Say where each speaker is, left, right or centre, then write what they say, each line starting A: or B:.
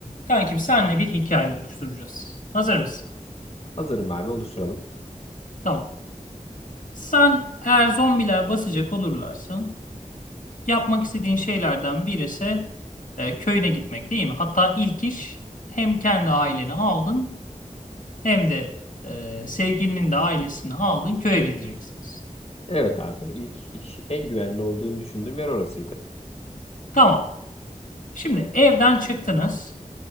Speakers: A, on the left (about 80°); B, on the left (about 50°).
A: Kankim senle bir hikaye oluşturacağız. Hazır mısın?
B: Hazırım abi oluşturalım.
A: Tamam. Sen eğer zombiler basacak olurlarsa yapmak istediğin şeylerden birisi e, köyüne gitmek değil mi? Hatta ilk iş hem kendi aileni aldın hem de e, sevgilinin de ailesini aldın köye gideceksiniz.
B: Evet abi ilk iş en güvenli olduğunu düşündüğüm yer orasıydı.
A: Tamam. Şimdi evden çıktınız.